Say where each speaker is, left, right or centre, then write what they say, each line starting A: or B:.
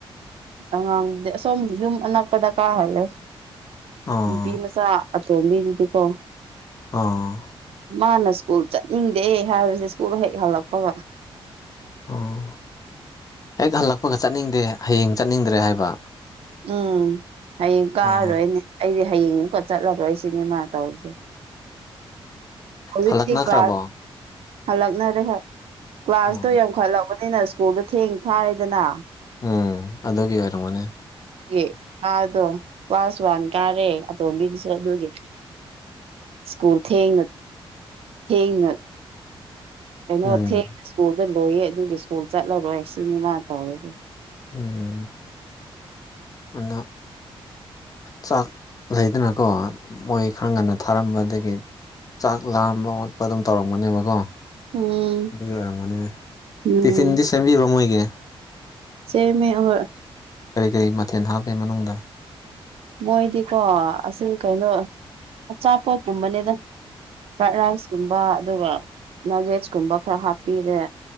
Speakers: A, on the right (about 70°); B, on the left (about 35°).
A: ꯑꯉꯥꯡ ꯁꯣꯝ ꯌꯨꯝ ꯑꯅꯛꯄꯗ ꯀꯥꯍꯜꯂꯦ
B: ꯑꯣ
A: ꯅꯨꯄꯤ ꯃꯆꯥ ꯑꯇꯣꯝꯕꯤꯗꯨꯗꯤꯀꯣ
B: ꯑꯥ
A: ꯃꯥꯅ ꯁ꯭ꯀꯨꯜ ꯆꯠꯅꯤꯡꯗꯦ ꯍꯥꯏꯕꯁꯦ ꯁ꯭ꯀꯨꯜ ꯍꯦꯛ ꯍꯜꯂꯛꯄꯒ
B: ꯑꯣ ꯍꯦꯛ ꯍꯜꯂꯛꯄꯒ ꯆꯠꯅꯤꯡꯗꯦ ꯍꯌꯦꯡ ꯆꯠꯅꯤꯡꯗ꯭ꯔꯦ ꯍꯥꯏꯕ
A: ꯎꯝ ꯍꯌꯦꯡ ꯀꯥꯔꯔꯣꯏꯅꯦ
B: ꯑꯣ
A: ꯑꯩꯗꯤ ꯍꯌꯦꯡ ꯑꯃꯨꯛꯀ ꯆꯠꯂꯔꯣꯏ ꯁꯤꯅꯦ ꯃꯥ ꯇꯁꯦ ꯍꯧꯖꯤꯛꯀꯤ
B: ꯍꯜꯂꯛꯅꯈ꯭ꯔꯕꯣ
A: ꯀ꯭ꯂꯥꯁ ꯍꯜꯂꯛꯅꯔꯦ ꯀ꯭ꯂꯥꯁꯇꯣ
B: ꯎꯝ
A: ꯌꯥꯝꯈꯠꯂꯛꯕꯅꯤꯅ ꯁ꯭ꯀꯨꯜꯗ ꯊꯦꯡ ꯊꯥꯔꯦꯗꯅ
B: ꯎꯝ ꯑꯗꯨꯒꯤ ꯑꯣꯏꯔꯝꯒꯅꯤ
A: ꯑꯦ ꯑꯗꯣ ꯀ꯭ꯂꯥꯁ ꯋꯥꯟ ꯀꯥꯔꯦ ꯑꯇꯣꯝꯕꯤꯗꯨꯁꯨ ꯑꯗꯨꯒꯤ ꯁ꯭ꯀꯨꯜ ꯊꯦꯡꯅ ꯊꯦꯡꯅ ꯀꯩꯅꯣ
B: ꯎꯝ
A: ꯊꯦꯡ <unintelligible> ꯁ꯭ꯀꯨꯜꯗ ꯂꯣꯏꯌꯦ ꯑꯗꯨꯒꯤ ꯁ꯭ꯀꯨꯜ ꯆꯠꯂꯔꯣꯏ ꯑꯩ ꯁꯤꯅꯤ ꯃꯥ ꯇꯧꯔꯤꯁꯤ
B: ꯎꯝ <unintelligible> ꯆꯥꯛ ꯂꯩꯗꯅꯀꯣ ꯃꯣꯏ ꯈꯔ ꯉꯟꯅ ꯊꯥꯔꯝꯕ ꯑꯗꯒꯤ ꯆꯥꯛ ꯂꯥꯝꯕ ꯑꯣꯠꯄ ꯑꯗꯨꯝ ꯇꯧꯔꯝꯒꯅꯦꯕꯀꯣ
A: ꯎꯝ
B: ꯑꯗꯨꯒꯤ ꯑꯣꯏꯔꯝꯒꯅꯦ
A: ꯎꯝ
B: ꯇꯤꯐꯤꯟꯗꯤ ꯁꯦꯝꯕꯤꯕ꯭ꯔꯣ ꯃꯣꯏꯒꯤ
A: ꯁꯦꯝꯃꯦ ꯑꯣ <unintelligible>
B: ꯀꯔꯤ ꯀꯔꯤ ꯃꯊꯦꯜ ꯍꯥꯞꯄꯦ ꯃꯅꯨꯡꯗ
A: ꯃꯣꯏꯗꯤꯀꯣ ꯑꯁꯤ ꯀꯩꯅꯣ ꯑꯆꯥꯄꯣꯠꯀꯨꯝꯕꯅꯦꯗ ꯐ꯭ꯔꯥꯏꯠ ꯔꯥꯏꯁ ꯀꯨꯝꯕ ꯑꯗꯨꯒ ꯅꯛ ꯚꯦꯖ ꯀꯨꯝꯕ ꯈꯔ ꯍꯥꯞꯄꯤꯔꯦ